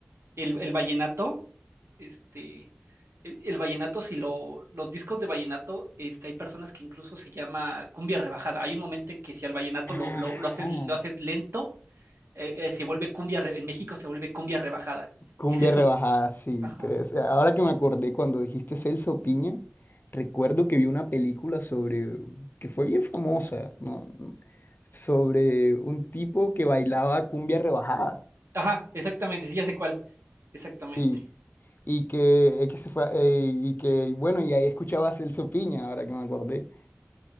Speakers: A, on the right; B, on the left.
A: el, el vallenato, este, el, el vallenato, si lo, los discos de vallenato, este, hay personas que incluso se llama cumbia rebajada. Hay un momento en que si al vallenato
B: Ajá.
A: lo, lo, lo haces, lo haces lento, eh, eh, se vuelve cumbia, re- en México se vuelve cumbia rebajada.
B: Cumbia
A: Y es eso,
B: rebajada, sí.
A: ajá,
B: pero es- Ahora que me acordé cuando dijiste Celso Piña, recuerdo que vi una película sobre, que fue bien famosa, ¿no? Sobre un tipo que bailaba cumbia rebajada,
A: ajá, exactamente, sí, ya sé cuál, exactamente.
B: sí. Y que, eh, que se fue, eh, y que, y bueno, y ahí escuchaba a Celso Piña, ahora que me acordé.